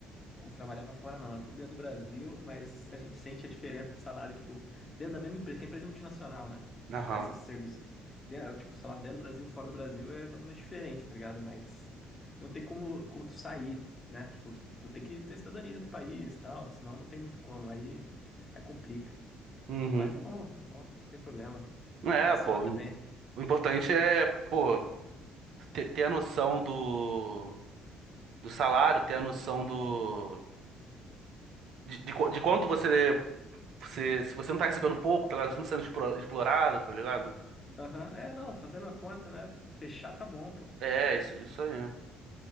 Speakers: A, on the left; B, on the right.
A: como trabalhar pra fora, não. É tudo dentro do Brasil, mas a gente sente a diferença de salário, tipo, dentro da mesma empresa, que é empresa multinacional, né? Que
B: Aham.
A: presta esse serviço. Dentro, é, tipo, o salário dentro do Brasil, fora do Brasil é totalmente diferente, tá ligado? Mas não tem como, como tu sair, né? Tipo, tu tem que ter cidadania de outro país e tal, senão não tem muito como. Aí, aí complica.
B: Uhum.
A: Mas tá bom, não tem problema.
B: É,
A: Funciona
B: pô.
A: também.
B: O importante é, pô, ter, ter a noção do, do salário, ter a noção do. De, de, qu- de quanto você, você. Se você não tá recebendo pouco, tá ligado? Você não tá sendo explo- explorado, tá ligado?
A: Aham, É, não, fazendo a conta, né? Fechar tá bom, pô.
B: É, isso, isso aí. é.